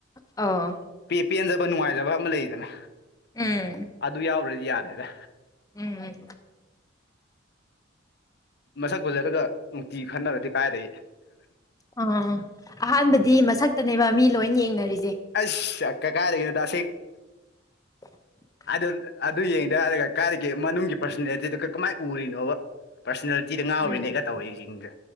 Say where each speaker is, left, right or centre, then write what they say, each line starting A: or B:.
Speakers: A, on the left; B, on the left.
A: ꯑ
B: ꯄꯤꯠ ꯄꯦꯟꯖꯕ ꯅꯨꯡꯉꯥꯏꯖꯕ ꯑꯃ ꯂꯩꯌꯦꯗꯅ
A: ꯎꯝ
B: ꯑꯗꯨ ꯌꯥꯎꯔ꯭ꯗꯤ ꯌꯥꯔꯦꯗ
A: ꯎꯝ
B: ꯃꯁꯛ ꯐꯖꯔꯒ ꯅꯨꯡꯇꯤ ꯈꯟꯅꯔꯗꯤ ꯀꯥꯏꯗꯩ
A: ꯑꯥ ꯑꯍꯥꯟꯕꯗꯤ ꯃꯁꯛꯇꯅꯦꯕ ꯃꯤ ꯂꯣꯏ ꯌꯦꯡꯅꯔꯤꯁꯦ
B: ꯑꯩꯁ ꯀꯥꯏꯗꯒꯤꯅꯣꯗ
A: <inaudible>
B: ꯑꯗꯨꯜ ꯑꯗꯨ ꯌꯦꯡꯗꯦ ꯍꯥꯏꯔꯒ ꯀꯥꯢꯗꯒꯤ ꯃꯅꯨꯡꯒꯤ ꯄꯔꯁꯣꯅꯦꯂꯤꯇꯤꯗꯨ ꯀꯃꯥꯏꯅ ꯎꯔꯤꯅꯣꯕ ꯄꯔꯁꯅꯦꯟ ꯇꯤꯗ ꯉꯥꯎꯔꯤꯅꯦꯒ
A: ꯎꯝ
B: ꯇꯧꯋꯤꯁꯤꯡꯁꯦ